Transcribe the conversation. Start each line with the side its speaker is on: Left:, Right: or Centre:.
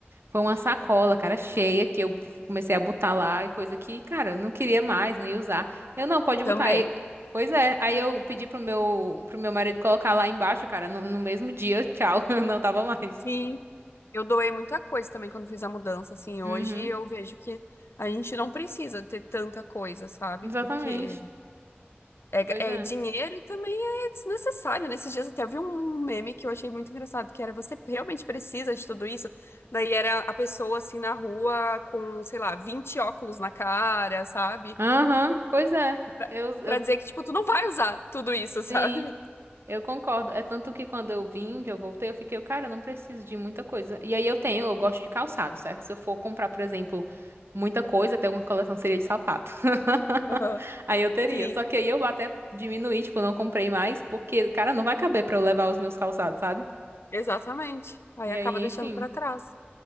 Right: Foi uma sacola, cara, cheia, que eu comecei a botar lá, e coisa que, cara, eu não queria mais, não ia usar. Eu, não, pode botar
Left: Também.
Right: aí. Pois é, aí eu pedi pro meu, pro meu marido colocar lá embaixo, cara, no, no mesmo dia, tchau, <laughs> eu não tava mais.
Left: Sim, eu doei muita coisa também quando fiz a mudança, assim, hoje
Right: Uhum,
Left: eu vejo que a gente não precisa ter tanta coisa, sabe?
Right: exatamente.
Left: Porque é, ga-
Right: Pois
Left: é
Right: é.
Left: dinheiro e também é desnecessário. Nesses dias até vi um meme que eu achei muito engraçado, que era você realmente precisa de tudo isso? Daí era a pessoa, assim, na rua com, sei lá, 20 óculos na cara, sabe?
Right: Aham, pois é.
Left: Pra,
Right: Eu, eu,
Left: pra dizer que, tipo, tu não vai usar tudo isso, <laughs> sabe?
Right: sim. Eu concordo. É tanto que quando eu vim, que eu voltei, eu fiquei, cara, eu não preciso de muita coisa. E aí eu tenho, eu gosto de calçado, certo? Se eu for comprar, por exemplo, muita coisa, até uma coleção seria de sapato. <laughs>
Left: Aham.
Right: Aí eu teria.
Left: Sim,
Right: Só que aí eu até diminuí, tipo, não comprei mais, porque, cara, não vai caber pra eu levar os meus calçados, sabe?
Left: exatamente. Aí
Right: E
Left: acaba
Right: aí,
Left: deixando
Right: enfim.
Left: pra trás.